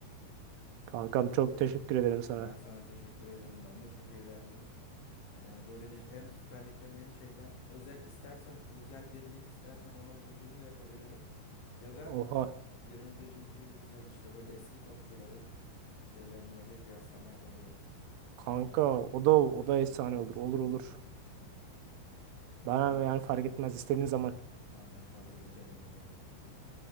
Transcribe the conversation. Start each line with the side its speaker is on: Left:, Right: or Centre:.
Right: Kankam çok teşekkür ederim sana.
Left: Ben sana teşekkür ederim. Ben de çok eğlendim. Yani böyle bir hem Süper Lig'den hem şeyden özel istersen özel bir lig istersen ona uygun da yapabilirim. Ya da
Right: Oha.
Left: 21. yüzyıl işte böyle eski topçuların şeylerine de kıyaslama yapabiliriz.
Right: Kanka o da o da efsane olur. Olur olur.
Left: Tamam. O
Right: Bana
Left: zaman
Right: yani fark etmez istediğin zaman.
Left: tamam ben hazırlayacağım o zaman.